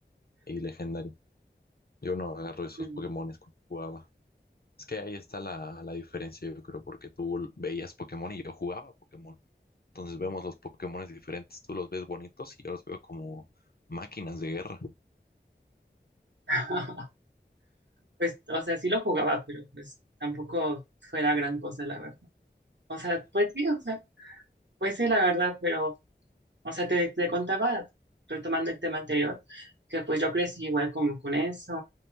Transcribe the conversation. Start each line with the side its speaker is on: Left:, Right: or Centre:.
Left: y legendarios. Yo no agarro esos
Right: Mm.
Left: Pokémones cuando jugaba. Es que ahí está la, la diferencia, yo creo, porque tú veías Pokémon y yo jugaba Pokémon. Entonces vemos los Pokémones diferentes. Tú los ves bonitos y yo los veo como máquinas de guerra.
Right: <laughs> Pues, o sea, sí lo jugaba, pero pues tampoco fue la gran cosa, la verdad. O sea, pues sí, o sea, pues sí, la verdad, pero, o sea, te, te contaba, retomando el tema anterior, que pues yo crecí igual como con eso.